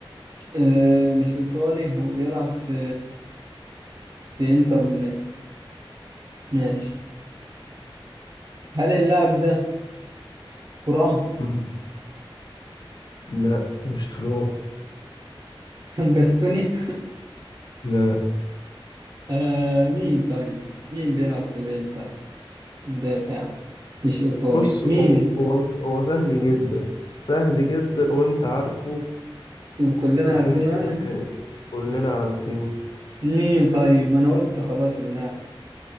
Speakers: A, on the right (about 40°); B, on the left (about 50°).
A: آه مش إيطالي وبيلعب في في إنتر ميلان ماشي هل اللاعب ده ترام
B: مم. لا مش تراب
A: <laughs> باستوني
B: لا
A: آه مين طيب مين بيلعب في الإنتر مدافع مش إيطالي
B: بص
A: مين
B: هو هو هو سهل جدا سهل جدا وانت عارفه
A: وكلنا
B: بس
A: عارفينه
B: انت
A: أنا
B: كلنا عارفين
A: مين طيب ما أنا قلت خلاص اللاعب